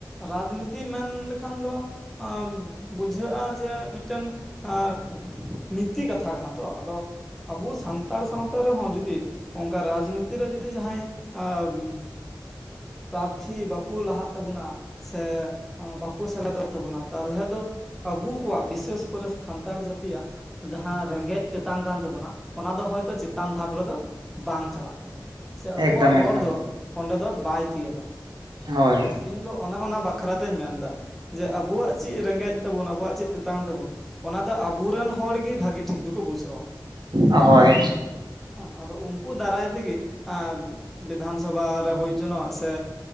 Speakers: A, in the centre; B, on the right (about 85°).
A: ᱨᱟᱡᱽᱱᱤᱛᱤ ᱢᱮᱱ ᱞᱮᱠᱷᱟᱱ ᱫᱚ ᱟᱸ ᱵᱩᱡᱷᱟᱹᱜᱼᱟ ᱡᱮ ᱢᱤᱫᱴᱮᱱ ᱟᱸ ᱱᱤᱛᱤ ᱠᱟᱛᱷᱟ ᱠᱟᱱᱟ ᱛᱚ ᱟᱫᱚ ᱟᱵᱚ ᱥᱟᱱᱛᱟᱲ ᱥᱟᱶᱛᱟ ᱨᱮᱦᱚᱸ ᱡᱩᱫᱤ ᱚᱱᱠᱟ ᱨᱟᱡᱽᱱᱤᱛᱤ ᱨᱮ ᱡᱩᱫᱤ ᱡᱟᱦᱟᱸᱭ ᱟᱸ ᱯᱟᱨᱛᱷᱤ ᱵᱟᱠᱚ ᱞᱟᱦᱟᱜ ᱛᱟᱵᱚᱱᱟ ᱥᱮ ᱵᱟᱠᱚ ᱥᱮᱞᱮᱫᱚᱜ ᱛᱟᱵᱚᱱᱟ ᱛᱟᱞᱚᱦᱮ ᱫᱚ ᱟᱵᱩ ᱠᱚᱣᱟᱜ ᱵᱤᱥᱮᱥ ᱠᱚᱨᱮ ᱥᱟᱱᱛᱟᱲ ᱡᱟᱹᱛᱤᱭᱟᱜ ᱡᱟᱦᱟᱸ ᱨᱮᱸᱜᱮᱡ ᱛᱮᱛᱟᱝ ᱠᱟᱱ ᱛᱟᱵᱚᱱᱟ ᱚᱱᱟ ᱫᱚ ᱦᱚᱭᱛᱚ ᱪᱮᱛᱟᱱ ᱫᱷᱟᱯ ᱨᱮᱫᱚ ᱵᱟᱝ ᱪᱟᱞᱟᱜ ᱛᱟᱵᱚᱱᱟ ᱥᱮ ᱟᱵᱚᱣᱟᱜ
B: ᱮᱠᱫᱚᱢ
A: ᱨᱚᱲ
B: ᱮᱠᱫᱚᱢ
A: ᱫᱚ ᱚᱸᱰᱮ ᱫᱚ ᱵᱟᱭ ᱛᱤᱭᱟᱹᱜᱟ
B: ᱦᱳᱭ
A: ᱟᱫᱚ ᱤᱧ ᱫᱚ ᱚᱱᱟ ᱚᱱᱟ ᱵᱟ- ᱵᱟᱠᱷᱨᱟ ᱛᱮᱧ ᱢᱮᱱ-ᱫᱟ ᱡᱮ ᱟᱵᱩᱣᱟᱜ ᱪᱮᱫ ᱨᱮᱸᱜᱮᱡ ᱛᱟᱵᱩᱱ ᱟᱵᱩᱣᱟᱜ ᱪᱮᱫ ᱛᱮᱛᱟᱝ ᱛᱟᱵᱩᱱ ᱚᱱᱟ ᱫᱚ ᱟᱵᱚᱨᱮᱱ ᱦᱚᱲ ᱜᱮ ᱵᱷᱟᱜᱤ ᱴᱷᱤᱠ ᱫᱚᱠᱚ ᱵᱩᱡᱷᱟᱹᱣᱟ
B: ᱦᱳᱭ
A: ᱦᱮᱸ ᱟᱫᱚ ᱩᱱᱠᱩ ᱫᱟᱨᱟᱭ ᱛᱮᱜᱮ ᱟᱸ ᱵᱤᱫᱷᱟᱱ ᱥᱚᱵᱷᱟ ᱨᱮ ᱦᱩᱭ ᱦᱚᱪᱚᱱᱚᱜ ᱥᱮ